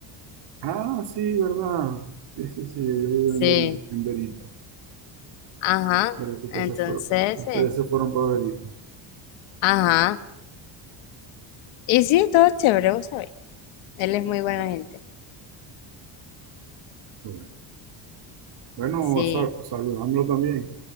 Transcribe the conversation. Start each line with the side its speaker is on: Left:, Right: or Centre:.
Right: Ah, sí, ¿verdad? Sí, sí, sí, ellos viven
Left: Sí.
Right: en Berita en Verita.
Left: Ajá,
Right: ¿Verdad que ustedes
Left: entonces,
Right: se fueron, ustedes
Left: eh,
Right: se fueron para Berita
Left: ajá. Y sí, todo chévere, vos sabés. Él es muy buena gente.
Right: Qué Bueno,
Left: Sí,
Right: bueno, sa- saludándolo también.